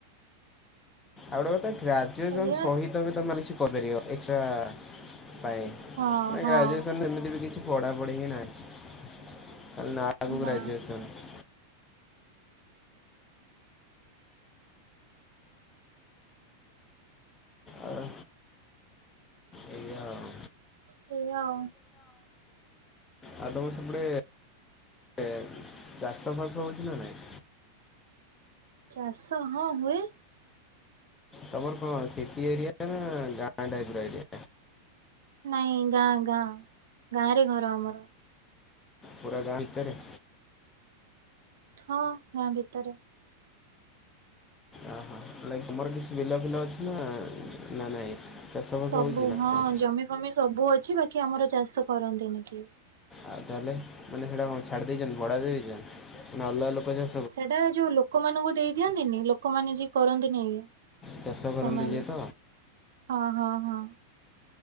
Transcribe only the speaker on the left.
ଆଉ ଗୋଟେ କଥା ଗ୍ରାଜୁଏସନ୍
ସହିତ ବି ତମେମାନେ କିଛି କରିପାରିବ ଏକ୍ସଟ୍ରା-ଆ-ଆ-ଆ ପାଇଁ।
ନା
ଗ୍ରାଜୁଏସନ ଏମିତି ବି କିଛି ପଢ଼ାପଢ଼ି ହିଁ ନାହିଁ ଖାଲି ନାଁ ଆକୁ
ଗ୍ରାଜୁଏସନ। ଆ-ଆ ଏଇଆ ଆଉ।
ଆଉ ତମ ସେପଟେ ଏ ଚାଷ ଫାସ ହେଉଛି ନା ନାଇଁ?
ତମର କଣ ସିଟି ଏରିଆ ନା ଗାଁ ଟାଇପର ଏରିଆ।
ପୁରା ଗାଁ ଭିତରେ।
ଓହୋ ନାଇ ଇ ତମର କିଛି ବିଲ ଫିଲ ଅଛି ନା ନା ନାଇଁ? ଚାଷ ବାସ
ହଉଛି ନା
କଣ?
ଆଉ ତାହେଲେ ମାନେ ସେଇଟା କଣ ଛାଡ଼ି ଦେଇଛନ୍ତି ଭଡା ଦେଇଦେଇଛନ୍ତି? ନା ଅଲଗା ଲୋକ ଯ
ଚାଷ କରନ୍ତି
ଯିଏ ତ